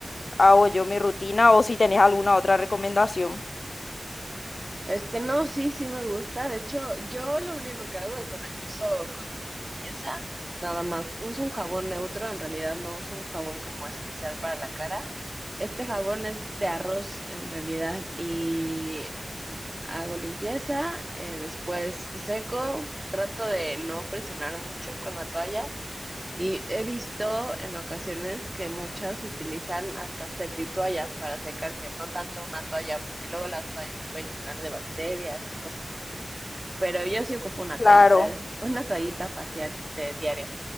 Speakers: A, on the left; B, on the right.
A: hago yo mi rutina o si tenés alguna otra recomendación.
B: Este, no, sí, sí me gusta. De hecho, yo lo único que hago es, bueno, empiezo con una limpieza, nada más. Uso un jabón neutro, en realidad no uso un jabón como especial para la cara. Este jabón es de arroz, en realidad, y l- hago limpieza, eh, después seco, trato de no presionar mucho con la toalla y he visto en ocasiones que muchas utilizan hasta servitoallas para secarse, no tanto una toalla, porque luego las toallas se pueden llenar de bacterias y cosas así. Pero yo sí ocupo una
A: Claro,
B: toallita, <laughs> una toallita facial de diario.